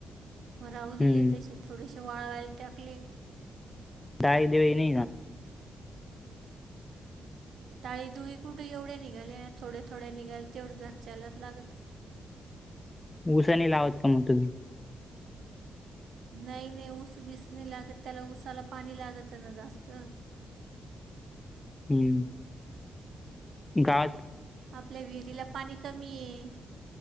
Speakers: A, on the right (about 70°); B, on the left (about 20°).
A: राहू
B: हम्म
A: दिले तसे थोडेसे वाळवायल टाकले.
B: दा देेव नाही ना.
A: ताळी दुळी कुठे एवढ्या निघाल्या थोड्या थोड्या निघाल तेवढ्या घरच्यालाच लागत.
B: उऊसानी लावत का मग तुम्ही.
A: नाही नाही ऊस बिस नाही लागत त्याला ऊसाला पाणी लागत ना जास्त.
B: हम्म गा
A: आपल्या विहिरीला पाणी कमी ये.